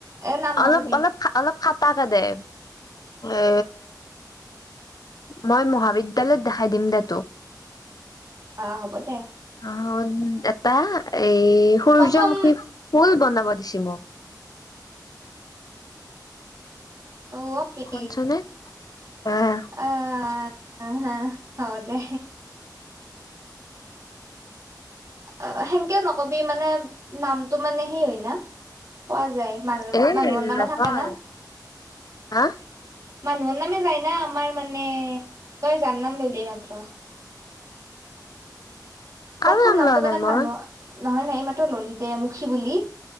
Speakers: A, on the right; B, on the left.
A: এ নাম
B: অলপ
A: নকবি
B: অলপ অলপ খা তাকা দে এ মই মহাবিদ্যালয়ত দেখাই দিম দে তোক।
A: আহ হ'ব দে।
B: অ এটা এই সূৰ্যমুখী
A: প্ৰথম
B: ফুল বনাব দিছে মোক।
A: অ আপি
B: শুনছনে আহ
A: অ অ হা হ' দে অ' সেনেকেও নকবি মানে নামটো মানে সেই হয় না। কোৱা যায় মানুহ
B: এ
A: মানুহৰ নামে
B: নহয়
A: থাকে না।
B: হা
A: মানুহৰ নামে যায় নি আমাৰ মানে তই যাননাম ললি মাত্ৰ। প্ৰথম
B: আৰু নাম
A: নামটো
B: লোৱা
A: মানে
B: নাই। মই
A: মানুহ। নহয় নাই ই মাত্ৰ ললি দে মুখী বুলি